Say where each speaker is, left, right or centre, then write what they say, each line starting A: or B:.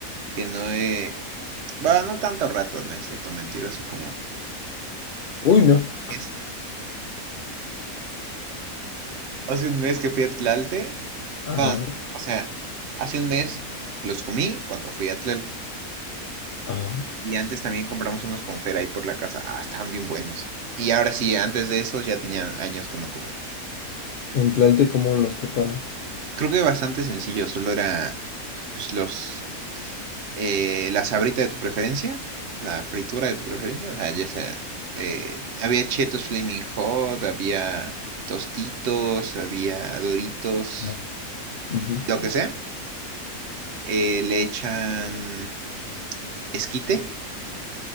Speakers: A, on the right; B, on the left.
A: que no he. Va, no tanto rato, no es cierto, mentiroso, como
B: Uy, no.
A: es. Hace un mes que fui a Tlalte.
B: Ajá,
A: Va, no, o sea, hace un mes los comí cuando fui a Tlalte.
B: ajá.
A: Y antes también compramos unos confer ahí por la casa. Ah, estaban bien buenos. Y ahora sí, antes de esos ya tenía años que no comía.
B: En Tlalte, ¿cómo los preparan?
A: Creo que bastante sencillo, solo era pues los eh, la sabrita de tu preferencia, la fritura de tu preferencia, o sea, ya sea, eh, había Cheetos Flaming Hot, había Tostitos, había Doritos,
B: Ya. Ujú.
A: lo que sea, eh, le echan esquite